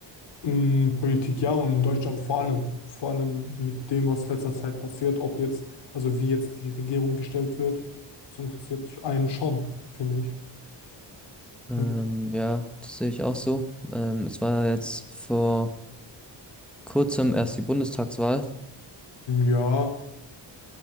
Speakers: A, on the left; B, in the centre.
A: Mm, Politik ja und in Deutschland vor allem. Vor allem mit dem, was letzter Zeit passiert, ob jetzt, also wie jetzt die Regierung gestellt wird, das interessiert einen schon, finde ich.
B: Ähm,
A: Wie,
B: ja, das sehe ich auch so. Ähm, es war jetzt vor kurzem erst die Bundestagswahl.
A: ja,